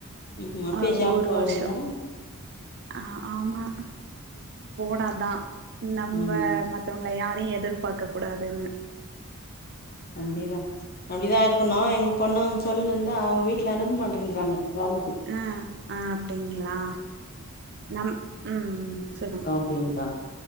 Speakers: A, on the left (about 45°); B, on the right (about 50°).
A: ம் அப்பயே
B: ஆ
A: ஜாப்
B: ஒரு
A: போறீங்களா
B: வர்சோ அ ஆமா போனாதா நம்ம
A: ம்
B: மத் தவங்கள யாரையு எதிர்பார்க்க கூடாதுன்னு
A: அப்டிதா அப்டிதா இருக்கணு எங்க பொண்ணு வந்து சொல்லினுந்தா அவுங் வீட்ல அனுப்ப மாட்டேன்றாங்க வேலைக்கி
B: ஆ ஆ அப்டிங்ளா நம் ம் ம் சொல்லுங்க
A: அப்டின்றா